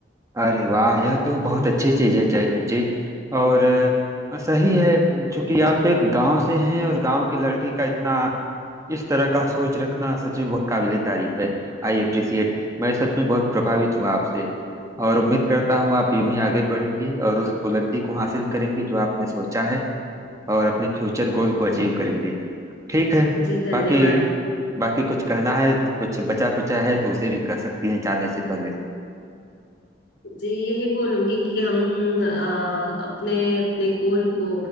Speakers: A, on the right (about 20°); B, on the left (about 70°).
A: अरे वाह यह तो बहुत अच्छी चीज है जय जी और अ, सही है क्योंकि आप एक गांव से हैं और गांव की लड़की का इतना इस तरह का सोच रखना सच में बहुत काबिले तारीफ है आई अप्रिसिएट मैं सच में बहुत प्रभावित हूँ आपसे और उम्मीद करता हूँ आप यूं ही आगे बढ़ेंगी और उस बुलंदी को हासिल करेंगे जो आपने सोचा है और अपने फ्यूचर गोल को अचीव करेंगे ठीक है
B: जी धन्यवाद
A: बाकी बाकी कुछ कहना है कुछ बचा कुचा है तो उसे भी कह सकती हैं जाने से पहले
B: जी यही बोलूंगी कि हम अ, अपने अपने गोल को